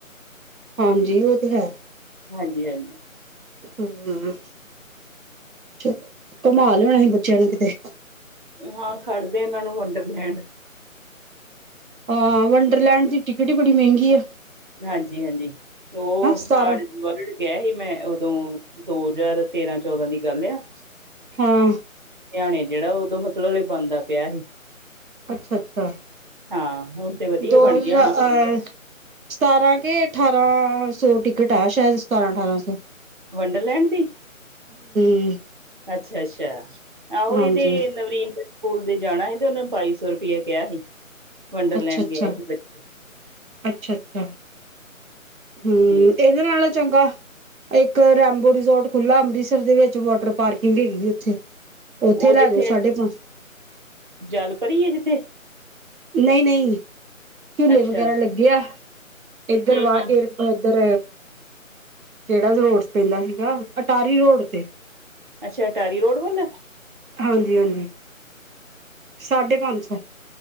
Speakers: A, on the right; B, on the right.
A: ਹਾਂਜੀ ਓ ਤੇ ਹੈ।
B: ਹਾਂਜੀ -ਹਾਂਜੀ।
A: ਹੂੰਅ ਚਲੋ -ਘੁਮਾ ਲਿਆਣਾ ਸੀ ਬੱਚਿਆਂ ਨੂੰ ਕਿਤੇ।
B: ਹਾਂ ਖੜਦੇ ਇਹਨਾਂ ਨੂੰ ਵੰਡਰਲੈਂਡ
A: ਹਾਂ ਵੰਡਰਲੈਂਡ ਦੀ ਟਿਕਟ ਹੀ ਬੜੀ ਮਹਿੰਗੀ ਆ।
B: ਹਾਂਜੀ ਹਾਂਜੀ ਉਹ
A: ਸਤਾਰਾਂ
B: ਹਡ ਵਰਡ ਗਿਆ ਸੀ ਮੈਂ ਜਦੋਂ ਦੋ ਹਜ਼ਾਰ ਤੇਰਾਂ ਚੌਦਾਂ ਦੀ ਗੱਲ ਆ।
A: ਹਾਂ।
B: ਹਰਿਆਣੇ ਜਿਹੜਾ ਉਦੋਂ ਮਤਲਬ ਇਹ ਬਣਦਾ ਪਿਆ ਸੀ।
A: ਅੱਛਾ ਅੱਛਾ
B: ਹਾਂ ਹੁਣ ਤੇ ਵਧੀਆ
A: ਦੋ
B: ਬਣ
A: ਹਜ਼ਾਰ।
B: ਗਿਆ ਹੋਣਾ
A: ਸਤਾਰਾਂ ਕੇ ਅਠਾਰਾਂ ਸੌ ਟਿਕਟ ਆ ਸ਼ਾਇਦ ਸਤਾਰਾਂ ਅਠਾਰਾਂ ਸੌ।
B: ਵੰਡਰਲੈਂਡ ਦੀ
A: ਹਮ।
B: ਅੱਛਾ ਅੱਛਾ। ਆਹੋ
A: ਹਾਂਜੀ
B: ਇਹਨਾਂ ਵ ਸਕੂਲ ਦੇ ਜਾਣਾ ਸੀ ਤੇ ਉਹਨੇ ਬਾਈ ਸੌ ਰੁਪਇਆ ਕਿਹਾ ਸੀ। ਵੰਡਰਲੈਂਡ
A: ਅੱਛਾ ਅੱਛਾ
B: ਗਿਆ ਸੀ ਬੱਚੇ
A: ਅੱਛਾ ਅੱਛਾ। ਹਮ
B: ਤੇ
A: ਇਹਦੇ ਨਾਲੋਂ ਚੰਗਾ ਇੱਕ ਰੈਬੋ ਰਿਜੋਰਟ ਖੁੱਲ੍ਹਲਾ ਅੰਮ੍ਰਿਤਸਰ ਦੇ ਵਿੱਚ ਵਾਟਰ ਪਾਰਕਿੰਗ ਹੈਗੀ ਉੱਥੇ ਉੱਥੇ
B: ਉਹ
A: ਲੈ
B: ਜਿੱਥੇ
A: ਜਾਓ ਸਾਢੇ ਪੰਜ
B: ਜਲ ਪਰੀ ਹੈ ਜਿੱਥੇ
A: ਨਹੀਂ ਨਹੀਂ। ਝੂਲੇ
B: ਅੱਛਾ
A: ਵਗੈਰਾ ਲੱਗੇ ਆ। ਇੱਧਰ
B: ਹਮ
A: ਵਾਹ
B: ਹਮ
A: ਇਧਰ ਕਿਹੜਾ ਰੋਡ ਪੈਂਦਾ ਸੀਗਾ ਅਟਾਰੀ ਰੋਡ ਤੇ
B: ਅੱਛਾ ਅਟਾਰੀ ਰੋਡ ਵਾਲਾ।
A: ਹਾਂਜੀ ਹਾਂਜੀ। ਸਾਢੇ ਪੰਜ ਸੌ।